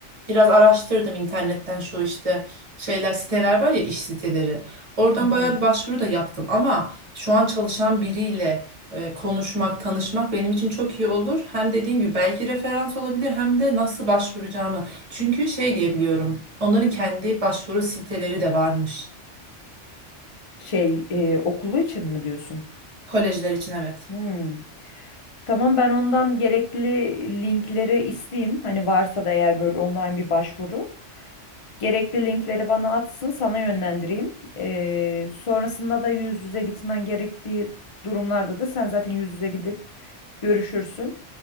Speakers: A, on the right (about 35°); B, on the left (about 40°).
A: biraz araştırdım internetten şu işte şeyler siteler var ya iş siteleri. Oradan
B: Hı hı.
A: bayağı bir başvuru da yaptım ama şu an çalışan biriyle e, konuşmak, tanışmak benim için çok iyi olur. Hem dediğin gibi belki referans olabilir hem de nasıl başvuracağımı. Çünkü şey diyebiliyorum onların kendi başvuru siteleri de varmış.
B: Şey e, okulu için mi diyorsun?
A: Kolejler için evet.
B: Hmm. Tamam ben ondan gerekli linkleri isteyeyim. Hani varsa da eğer böyle online bir başvuru. Gerekli linkleri bana atsın sana yönlendireyim. Ee, sonrasında da yüz yüze gitmen gerektiği durumlarda da sen zaten yüz yüze gidip görüşürsün.